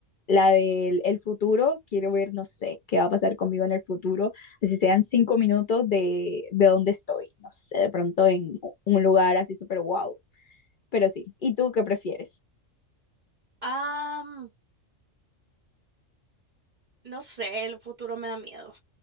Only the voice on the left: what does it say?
la del el futuro, quiero ver, no sé, qué va a pasar conmigo en el futuro, así sean cinco minutos de, de dónde estoy, no sé, de pronto en un lugar así súper guau pero sí. ¿Y tú qué prefieres?